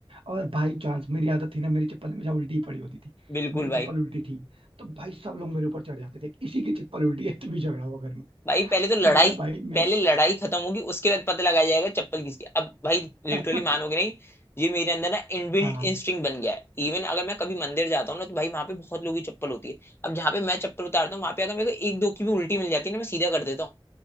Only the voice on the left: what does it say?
बिल्कुल
भाई
भाई पहले तो लड़ाई
पहले लड़ाई खत्म होगी उसके बाद पता लगाया जाएगा चप्पल किसकी अब भाई लिटरली
मानोगे नहीं ये मेरे अंदर ना इनबिल्ट
इंस्टिंक्ट बन गया है इवन अगर मैं कभी मंदिर जाता हूँ ना तो भाई वहां पे बहुत लोगों की चप्पल होती है अब जहाँ पे मैं चप्पल उतारता हूँ वहां पे अगर मेरे को एक दो की भी उल्टी मिल जाती है ना मैं सीधा कर देता हूँ